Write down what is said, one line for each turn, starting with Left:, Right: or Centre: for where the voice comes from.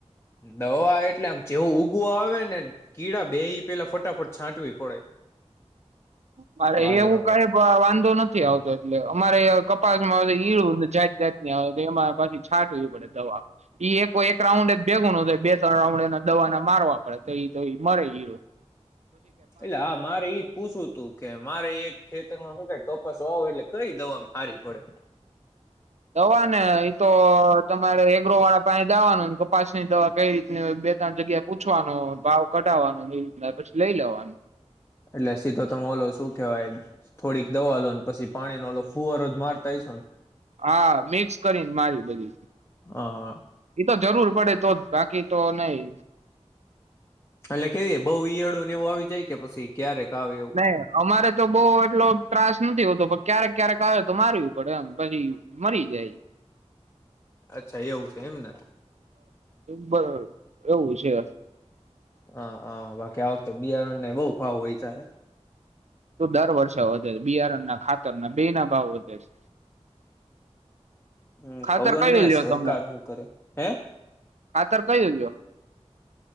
Left: દવા એટલે આમ જેવું ઉગવું આવે ને કીડા બે પેલા ફટાફટ છાંટવી પડે.
Right: મારે
Left: બાજરામાં
Right: એ એવું કઈ
Left: તો
Right: વાંધો નથી આવતો એટલે અમારે કપાસમાં ઇરું ને જાત જાત એમાં પછી છાંટવી પડે દવા ઈ એક રાઉન્ડ જ ભેગું ન થાય બે ત્રણ રાઉન્ડ એના દવાને મારવા પડે તયે તયે મરે ઈ
Left: એટલે હા મારે એ જ પૂછુંવું તું. કે મારે એક ખેતરમાં હું ક કપાસ વાવું એટલે કઈ દવા હારી પડે.
Right: દવા ને એ તો તમારે એગ્રો વાળા પાહે જવાનુંને કપાસ ની દવા કઈ રીતની હોય બે ત્રણ જગ્યા પૂછવાનો ભાવ કઢાવવાનો એ રીત ના પછી લઈ લેવાનું.
Left: એટલે સીધો તમે ઓલો શું કહેવાય થોડીક દવા લો ને પછી પાણીનો ઓ ફુવારો જ મારતા હશો ને.
Right: હા મિક્સ કરીને મારી બધું
Left: હા
Right: એતો જરૂર પડે તો જ બાકી. તો નહી.
Left: એટલે કે બહુ ઈયળું ને એવું આવી જાય કે પછી ક્યારેક. આવે એવું
Right: નહી અમારે તો બહુ એટલો ત્રાસ નથી હોતો પણ ક્યારેક ક્યારેક આવે તો મારવી પડેમ પછી મરી જાય.
Left: અચ્છા એવું છે એમને.
Right: પર એવું છે.
Left: હ હા બાકી આ વખતે બિયારણ ને બહુ ભાવ વધીયા હે.
Right: તું દર વર્ષે વધે છે બિયારણના ખાતરના બે ના ભાવ વધે છે.
Left: હમ
Right: ખાતર
Left: ખબર
Right: કયું
Left: નહ આ
Right: લ્યો
Left: સરકાર
Right: તમે
Left: શું કરે હે.
Right: ખાતર કયું લ્યો